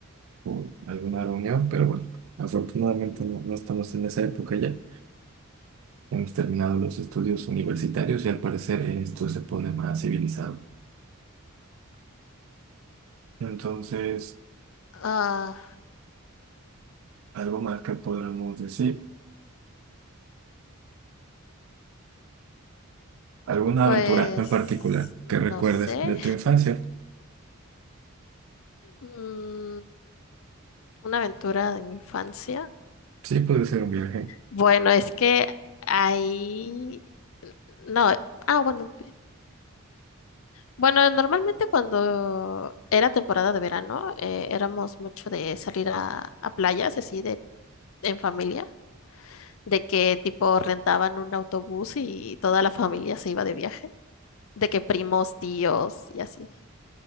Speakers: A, on the right; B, on the left.
A: o alguna reunión, pero bueno, afortunadamente no, no estamos en esa época ya. Hemos terminado los estudios universitarios y al parecer eh, esto se pone más civilizado. Entonces,
B: <laughs> Ajá,
A: algo más que podamos decir, alguna
B: pues
A: aventura en particular que
B: no
A: recuerdes
B: sé.
A: de tu infancia.
B: Mm, una aventura de mi infancia.
A: Sí, puede ser un viaje,
B: Bueno, es que ahí... No, ah, bueno. Bueno, normalmente cuando era temporada de verano, eh, éramos mucho de salir a, a playas, así de en familia, de que tipo rentaban un autobús y toda la familia se iba de viaje, de que primos, tíos y así.